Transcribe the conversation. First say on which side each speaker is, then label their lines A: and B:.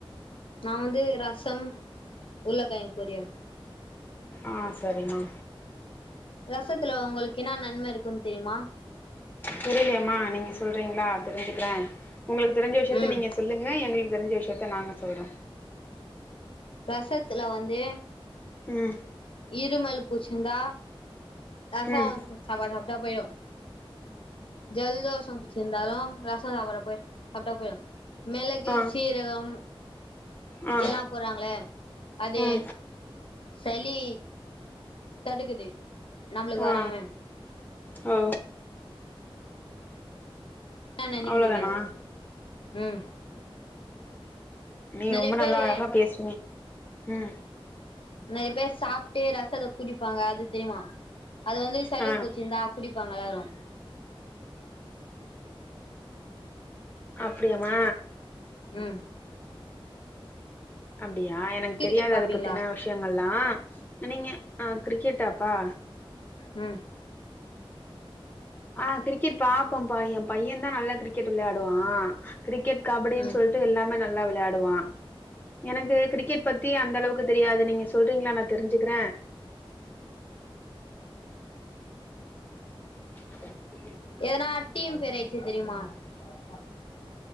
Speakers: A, on the left; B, on the left.
A: நா வந்து ரசம் உருளக்கெழ்ங்கு பொரியல்
B: ஆ செரிமா
A: ரசத்துல உங்களுக்கு என்ன நன்ம இருக்குன் தெரிமா
B: புரிலியேமா நீங்க சொல்றீங்ளா தெரிஞ்சுக்றே உங்ளுக் தெரிஞ்ச விஷ்யத்த
A: ம்
B: நீங்க சொல்லுங்க எங்குளுக்கு தெரிஞ்ச விஷ்யத்த நாங்க சொல்றோ
A: ரசத்துல வந்து
B: ம்
A: இருமல் புச்சுந்தா ரசோ
B: ம்
A: சாப்பாடு சாப்ட்டா போயிடு ஜெல்தோஷ புடிச்சிருந்தாலு ரசோ சாப்பாட சாப்ட்டா போயிடு மிளகு
B: ஆ
A: சீரகம்
B: ஆ
A: எல்லா போற்றாங்ள அது
B: ம்
A: சலி தடுக்குது நம்மளுக்கு
B: அ
A: வராம
B: ஒ
A: அ நெனக்கிறீங்க
B: அவ்ளோதானா
A: ம்
B: நீ
A: நெறைய
B: ரொம்ப நல்லா
A: பேரு
B: அழகா பேசினிங்க ம்
A: நெறைய பேர் சாப்ட்டு ரசத்த குடிப்பாங்க அது தெரிமா அது வந்து சலி
B: ஆ
A: புச்சிருந்தா குடிப்பாங்க எல்லாரு
B: அப்டியாமா
A: ம்
B: அப்டியா எனக்கு
A: கிரிக்கெட்
B: தெரியாது
A: பாப்பீங்களா
B: அத பத்தின விஷ்யங்கல்லா நீங்கஅ கிரிக்கெட்டாப்பா
A: ம்
B: ஆ கிரிக்கெட் பாப்போம்பா எ பைய தா நல்லா கிரிக்கெட் விள்யாடுவா கிரிக்கெட் கபடின்
A: ம்
B: சொல்ட்டு எல்லாமே நல்லா விளையாடுவா எனக்கு கிரிக்கெட் பத்தி அந்த அளவுக்கு தெரியாது நீங்க சொல்றீங்ளா நா தெரிஞ்சுக்ற <unintelligible>
A: எதனா டீம் பேர் எய்ச்சு தெரியுமா <unintelligible>